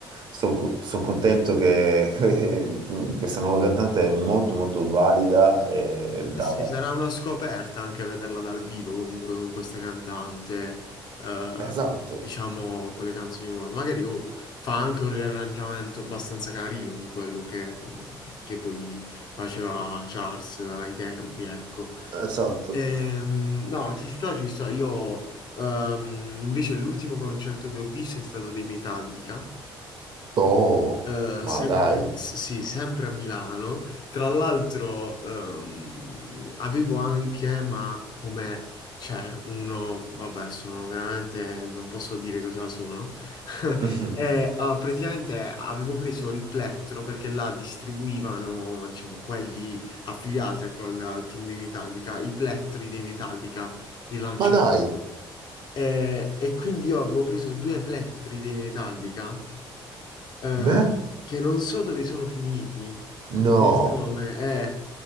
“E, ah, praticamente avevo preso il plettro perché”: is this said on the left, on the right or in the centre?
Left